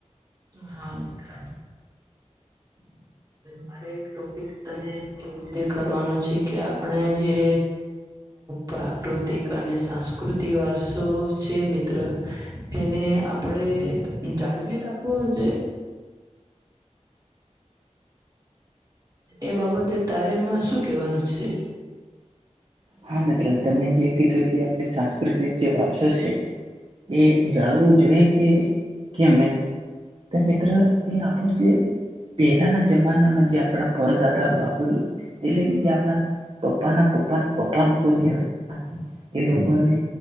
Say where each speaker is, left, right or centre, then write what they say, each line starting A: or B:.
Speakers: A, on the right (about 30°); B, on the right (about 45°).
A: હા મિત્ર. મારે એક ટોપિક તને એવું શેર કરવાનું છે કે આપણે જે પ્રાકૃતિક અને સાંસ્કૃતિક વારસો છે મિત્ર એને આપડે જાળવી રાખવો જે? એ બાબતે તારેમાં શું કેવાનું છે?
B: હા મિત્ર તમે જે કીધું કે આપણે સાંસ્કૃતિક જે વારસો છે. એ જાળવો જોઈએ કે કેમ એમ તો મિત્ર એ આપણ જે પેલાના જમાનામાં જે આપણા પરદાદા બાપુ એટલે કે જે આપણા પપ્પાના પપ્પાના પપા આપ લોકો જે હતા એ લોકોને